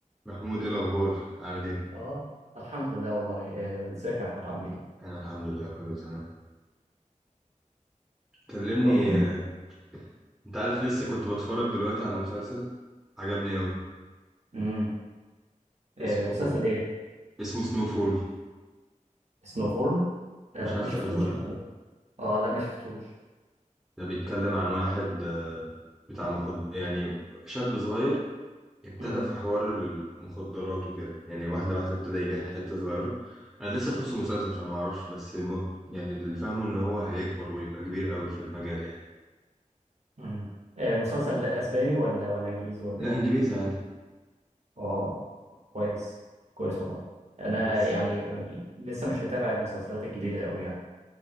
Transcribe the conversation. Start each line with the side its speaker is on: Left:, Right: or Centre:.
Centre: محمود ايه الاخبار عامل ايه
Right: اه الحمد لله والله آه، ازيك يا احمد عامل ايه؟
Centre: انا الحمد لله كله تمام كلمني
Right: قلت لي
Centre: آه، انت عارف لسه كنت بتفرج دلوقتي على مسلسل عجبني اوي
Right: امم آه،
Centre: اسمه
Right: مسلسل ايه؟
Centre: اسمه سنو فول
Right: سنوفول آه،
Centre: مش عارف
Right: ما
Centre: تعرفه
Right: شفتوش
Centre: ولا
Right: يعني.
Centre: لا
Right: اه لا ما شفتوش
Centre: ده بيتكلم عن واحد آه، بتاع مخد يعني شاب صغير ابتدى
Right: امم
Centre: في حوار المخدرات وكده يعني واحده واحده ابتدى يبيع حته صغيره انا لسه في نص المسلسل فانا ما اعرفش بس م... يعني اللي فاهمه ان هو هيكبر ويبقى كبير قوي في المجال يعني
Right: امم آه، مسلسل اسباني ولا ولا انجليزي ولا
Centre: لا
Right: ايه؟
Centre: انجليزي عادي
Right: اه كويس كويس والله انا
Centre: بس
Right: يعني لسه مش متابع المسلسلات الجديده قوي يعني